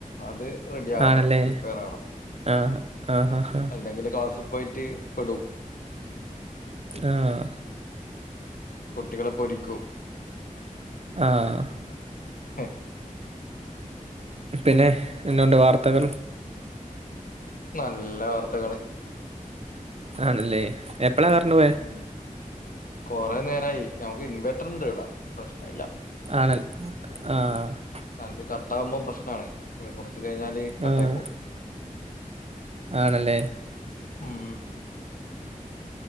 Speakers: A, on the left; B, on the right.
A: അത് റെഡി ആവണം
B: ആണല്ലേ
A: പ്രിപേർ ആവണം
B: ആഹ് ആഹ് ആഹ്
A: എന്തെങ്കില് ക്ലാസ്സിൽ പോയിട്ട് പെടും
B: ആഹ്
A: കുട്ടികളെ പൊരിക്കൂ
B: ആഹ്
A: <inaudible>
B: പിന്നെ എന്നാ ഉണ്ട് വാർത്തകൾ
A: നല്ല വാർത്തകള്
B: ആണല്ലേ എപ്പളാ കറണ്ടു പോയേ
A: ഉം കൊറേ നേരായി നമുക്ക് ഇൻവെർട്ടർ ഇണ്ട് ഇവിടെ പ്രശ്നം ഇല്ല
B: ആണ ആഹ്
A: ത് കട്ടാവുമ്പോ പ്രശ്നമാണ് അത് കുറ ത്തി കഴിഞ്ഞാല് കട്ടായി
B: ആഹ്
A: പോവും
B: ആണല്ലേ
A: ഉം